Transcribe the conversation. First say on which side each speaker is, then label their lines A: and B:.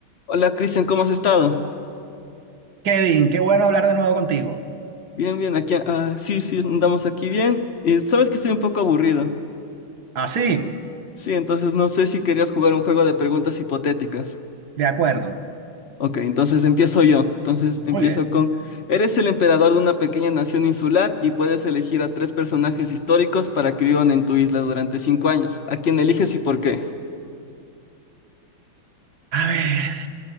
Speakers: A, on the left; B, on the right.
A: Hola Cristian, ¿cómo has estado?
B: Kevin, qué bueno hablar de nuevo contigo.
A: Bien, bien, aquí, ah, sí, sí, andamos aquí bien. Y sabes que estoy un poco aburrido.
B: Así,
A: Sí, entonces no sé si querías jugar un juego de preguntas hipotéticas.
B: de acuerdo.
A: Ok, entonces empiezo yo. Entonces empiezo
B: Muy bien.
A: con, eres el emperador de una pequeña nación insular y puedes elegir a tres personajes históricos para que vivan en tu isla durante cinco años. ¿A quién eliges y por qué?
B: A ver,